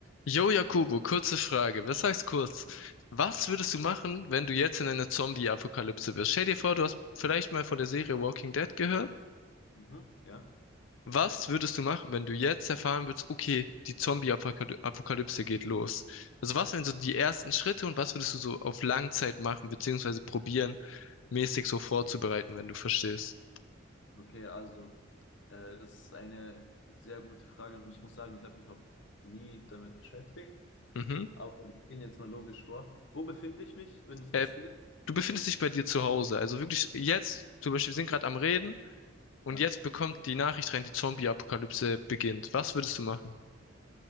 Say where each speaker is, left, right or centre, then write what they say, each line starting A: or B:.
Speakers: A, on the left (about 80°); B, on the left (about 70°).
A: Jo, Jakobo, kurze Frage. Was heißt kurz? Was würdest du machen, wenn du jetzt in einer Zombie-Apokalypse wärst? Stell dir vor, du hast vielleicht mal von der Serie Walking Dead gehört.
B: Mhm, ja.
A: Was würdest du machen, wenn du jetzt erfahren würdest, okay, die Zombie-Apokalypse geht los? Also was wären so die ersten Schritte und was würdest du so auf Langzeit machen, beziehungsweise probieren, mäßig so vorzubereiten, wenn du verstehst?
B: Okay, also, äh, das ist eine sehr gute Frage und ich muss sagen, ich habe mich noch nie damit beschäftigt,
A: Mhm.
B: aber wir gehen jetzt mal logisch vor. Wo befinde ich mich, wenn das
A: Äh,
B: passiert?
A: du befindest dich bei dir zu Hause. Also wirklich jetzt, zum Beispiel, wir sind gerade am Reden. Und
B: Ja.
A: jetzt bekommt die Nachricht rein, die Zombie-Apokalypse beginnt. Was würdest du machen?